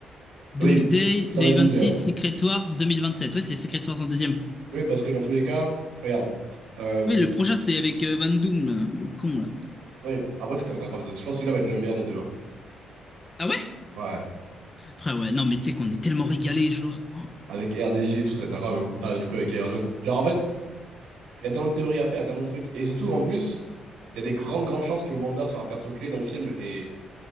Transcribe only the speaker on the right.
Oui, ça
va être Doomsday avant.
Oui, parce que dans tous les cas, regarde. Euh,
ouais, après, c'est que ça va être incroyable. Je pense que celui-là va être le meilleur des deux. hein.
Ouais.
Avec RDJ et tout, ça va être incroyable. hein. Putain, du coup, avec Iron Man. Genre, en fait, il y a tellement de théories à faire, il y a tellement de trucs. Et surtout, en plus, il y a des grandes, grandes chances que Wanda soit un perso clé dans le film. Et